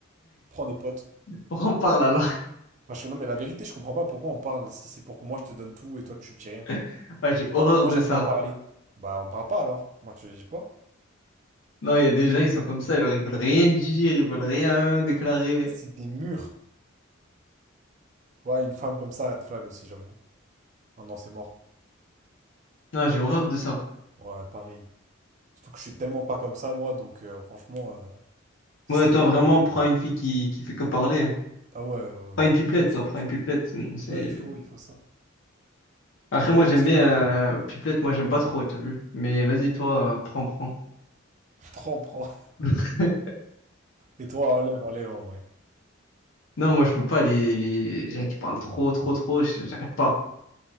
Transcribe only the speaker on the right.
Prends des potes.
Enfin je fais, non mais la vérité, je comprends pas pourquoi on parle, si c'est pour que moi je te donne tout et toi tu dis rien.
Non mais moi
j'aime
pas parler. Bah on parle pas alors, moi je te dis pas.
C'est des murs. Ouais, une femme comme ça, red flag aussi, j'avoue. Ah non, c'est mort.
Ouais, pareil. Surtout que je suis tellement pas comme ça, moi, donc euh, franchement, euh, ce
serait...
le-
Ah ouais, ouais,
ouais.
Sinon, je
suis
foutu.
Ouais, il faut, il faut ça.
Je la
mets
sur...
euh,
<laughs> Prends, prends.
Et toi, enlève, enlève, en vrai.